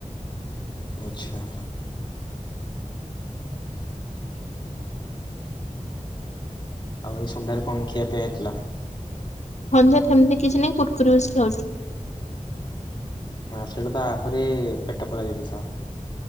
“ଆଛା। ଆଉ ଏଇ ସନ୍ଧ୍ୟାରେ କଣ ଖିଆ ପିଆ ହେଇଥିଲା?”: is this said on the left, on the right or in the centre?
Left